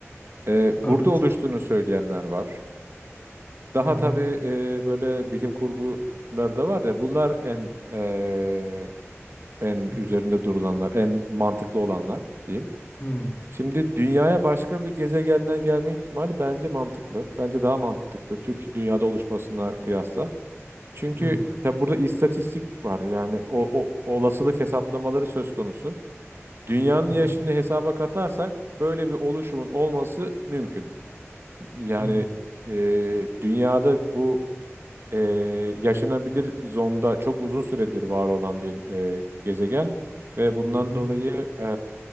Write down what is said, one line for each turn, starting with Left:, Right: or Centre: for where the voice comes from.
Right: Eee, burada
Left: Evet.
Right: oluştuğunu söyleyenler var. Daha
Left: Hı hı.
Right: tabii e, böyle bilim kurguları da var ya bunlar en e, en
Left: Hı
Right: üzerinde durulanlar, en mantıklı olanlar diyeyim.
Left: hı.
Right: Şimdi dünyaya başka bir gezegenden gelme ihtimali bence mantıklı. Bence daha mantıklı Türkiye dünyada oluşmasına kıyasla. Çünkü
Left: Hı
Right: tabi burada istatistik var. Yani o, o olasılık hesaplamaları söz konusu. Dünyanın
Left: hı.
Right: yaşını hesaba katarsak böyle bir oluşumun olması mümkün. Yani
Left: Hı hı.
Right: e, dünyada bu e, yaşanabilir zonda çok uzun süredir var olan bir e, gezegen ve bundan
Left: Hı
Right: dolayı e,